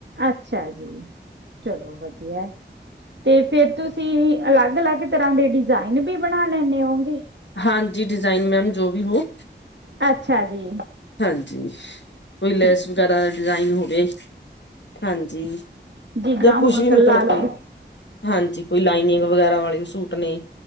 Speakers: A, on the right (about 75°); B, on the left (about 75°).
A: ਅੱਛਾ ਜੀ, ਚਲੋ ਵਧੀਆ। ਤੇ ਫਿਰ ਤੁਸੀਂ ਤੁਸੀਂ ਅਲੱਗ-ਅਲੱਗ ਤਰ੍ਹਾਂ ਦੇ ਡਿਜ਼ਾਇਨ ਵੀ ਬਣਾ ਲੈਂਦੇ ਹੋਗੇ।
B: ਹਾਂਜੀ, ਡਿਜ਼ਾਇਨ ਮੈਮ ਜੋ ਵੀ ਹੋ।
A: ਅੱਛਾ ਜੀ।
B: ਹਾਂਜੀ, ਕੋਈ ਲੈਸ
A: ਠੀਕ
B: ਵਗੈਰਾ
A: ਹੈ
B: ਡਿਜ਼ਾਇਨ ਹੋਵੇ। ਹਾਂਜੀ
A: ਜਿੱਦਾਂ
B: ਜਾਂ ਕੁਛ
A: ਹੁਣ
B: ਵੀ,
A: ਕੱਲ
B: ਮਤਲਬ
A: ਲਾ ਲਓ
B: ਕੋਈ ਹਾਂਜੀ। ਕੋਈ ਲਾਈਨਿੰਗ ਵਗੈਰਾ ਵਾਲੇ ਸੂਟ ਨੇ।